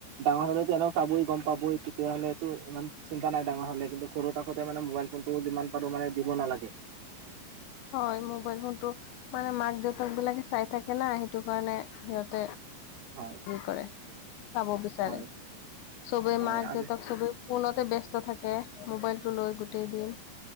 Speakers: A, on the right; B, on the left.
A: ডাঙৰ হ'লেতো এনেও চাবই, গম পাবই। তেতিয়া হ'লেতো ইমান চিন্তা নাই, ডাঙৰ হ'লে। কিন্তু সৰু থাকোঁতে, মানে, মোবাইল ফোনটো যিমান পাৰোঁ, মানে, দিব নালাগে।
B: হয়, মোবাইল ফোনটো, মানে, মাক, দেউতাকবিলাকে চাই থাকে না। সেইটো কাৰণে সিহত
A: হয়
B: <unintelligible> কৰে। চাব বিচাৰে।
A: হয়
B: চবেই
A: হয়
B: মাক,
A: আজি
B: দেউতাক, চবেই ফোনতে ব্যস্ত থাকে। মোবাইলটো লৈ গোটেই দিন